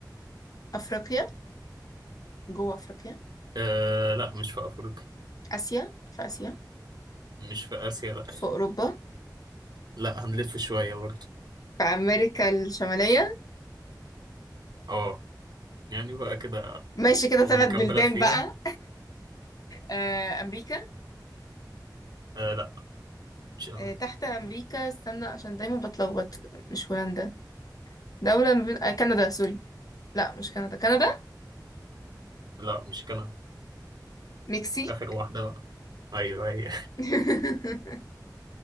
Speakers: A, on the left; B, on the right.
A: افريقيا جوه افريقيا
B: آه، لا مش في أفريقيا
A: اسيا في اسيا
B: مش في آسيا لا
A: في اوروبا
B: <laughs> لا هنلف شوية برضه
A: في امريكا الشماليه
B: اه يعني بقى كده
A: ماشي كده
B: فاضل
A: ثلاث
B: كام
A: بلدان
B: بلد فيها
A: بقى آه، امريكا
B: آه لا مش امريكا
A: آه، تحت أمريكا استنى عشان دايما بتلخبط مش هولندا دولة من... آه، كندا سوري لا مش كندا كندا
B: لا مش كندا
A: مكسي
B: اخر واحده بقى ايوه هي
A: <laughs>